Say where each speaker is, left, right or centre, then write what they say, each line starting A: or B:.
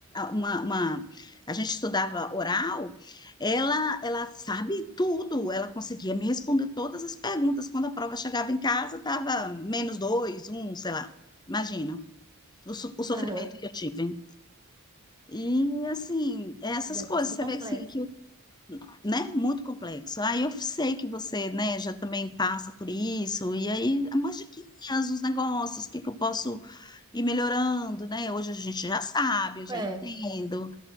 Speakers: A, on the left; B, on the right.
A: uma, uma... A gente estudava oral, ela, ela sabe tudo. Ela conseguia me responder todas as perguntas. Quando a prova chegava em casa, estava menos dois, um, sei lá. Imagina o, so- o sofrimento
B: aham.
A: que eu tive. E, assim, essas
B: Deve
A: coisas,
B: ter sido
A: você
B: complexo.
A: vê, assim, que né, muito complexo. Aí eu sei que você, né, já também passa por isso, e aí umas diquinhas, uns negócios, o que que eu posso ir melhorando, né? Hoje a gente já sabe, eu já
B: É.
A: entendo,